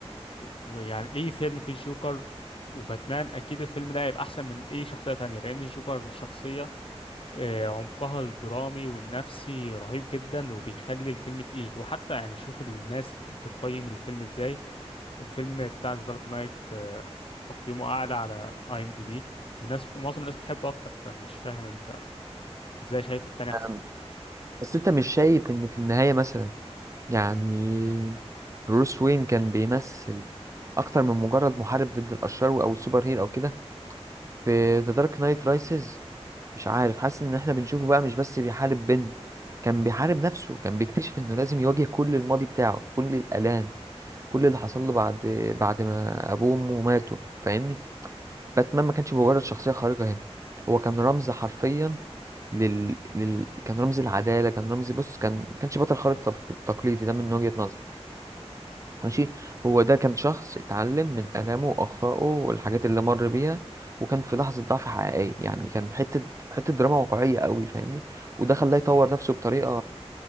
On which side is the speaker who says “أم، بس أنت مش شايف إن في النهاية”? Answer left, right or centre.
Right